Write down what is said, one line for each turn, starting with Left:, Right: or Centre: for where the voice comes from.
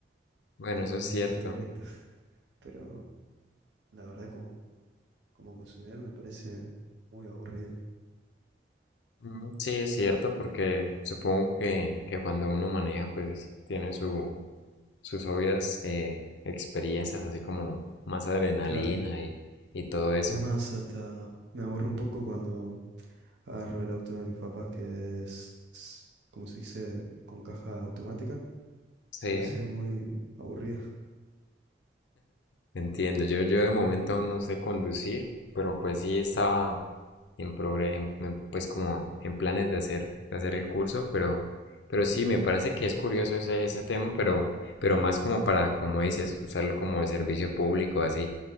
Left: Bueno,
Right: tienen
Left: eso es
Right: ganancia
Left: cierto.
Right: directa. <laughs> Pero la verdad, como, como consumidor, me parece muy aburrido.
Left: Mm, Sí, es cierto, porque supongo que, que cuando uno maneja, pues tiene su, sus obvias eh, experiencias, así como más adrenalina
Right: Claro.
Left: y, y todo eso.
Right: Es más, hasta me aburro un poco cuando agarro el auto de mis papás, que es, es, como se dice, con caja automática.
Left: Sí,
Right: Se me hace muy aburrido.
Left: entiendo. Yo, yo de momento aún no sé conducir, pero pues sí estaba en, progre- en- en, pues como en planes de hacer, de hacer el curso, pero, pero sí, me parece que es curioso ese, ese tema,
Right: Mm.
Left: pero, pero más como para, como dices, usarlo como de servicio público, así.